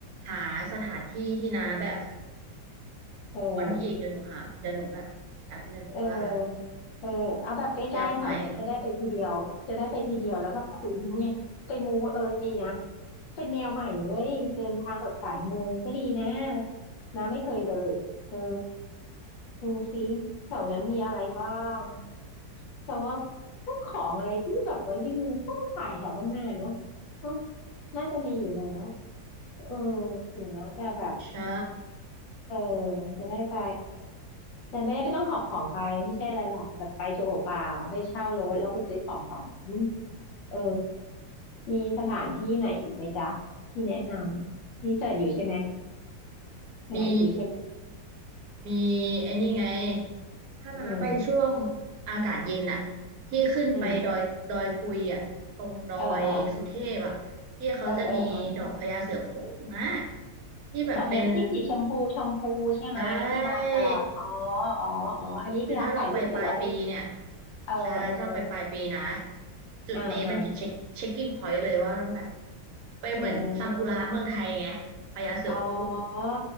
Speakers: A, on the right; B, on the left.
A: หาสถานที่ที่น้าแบบ
B: เออ
A: วอนอีกเดี๋ยวหนูหาเดี๋ยวหนูแบบแบบหนึ่งว่า
B: เออเออเอาแบบใกล้ๆแถวนั้นจะได้ไปทีเดียวจะได้ไปทีเดียวแล้วแบบคุ้มไงไปมูเออดีนะ
A: เชียงใหม่
B: เป็นแนวใหม่เว้ยเดินทางกับสายมูก็ดีนะนะไม่เคยเลยเออ ดูซิแถวนั้นมีอะไรบ้างแต่ว่าพวกของอะไรที่แบบไว้ในมือก็ต้องขายแถวข้างหน้าเนาะเนาะน่าจะมีอยู่แล้วเออเดี๋ยวนะจะแบบ
A: ใช่
B: เออจะได้ไปแต่ไม่ได้ไม่ต้องหอบของไปไม่ใช่อะไรหรอกแบบไปตัวเปล่าๆได้เช่ารถแล้วไปซื้อของแถวนั้นเออมีสถานที่ไหนอีกไหมจ๊ะที่แนะนำรีเสิร์ชอยู่ใช่ไหมหาอยู่ใช่ไหม
A: มีมีไอ้นี่ไงถ้าน้าไปช่วง
B: อืม
A: อากาศเย็นอะที่ขึ้นไปดอยดอยปุยอะตรงดอยสุเทพอะที่เขาจะมีดอกพญาเสือโคร่งนะ
B: อืมเออเออเออเอออ่าน
A: ที่แบบเป็น
B: ดอกพญาที่สีชมพูชมพูใช่ไหมที่บานตลอดอ๋อ
A: ใช่
B: อ๋ออ๋ออันนี้คือถ่ายรูปสวย
A: คือถ้าเราไปปลายปีเนี่ย
B: เออเออ
A: ใช่ถ้าเราไปปลายปีนะจุดนี้เป็นจุดเช็คเช็คกิ้งพอยต์เลยว่าต้องแบบ
B: อ่าอ่า
A: ไปเหมือนซากุระเมืองไทยไงพญาเสือโคร่ง
B: เอออ๋ออ๋อ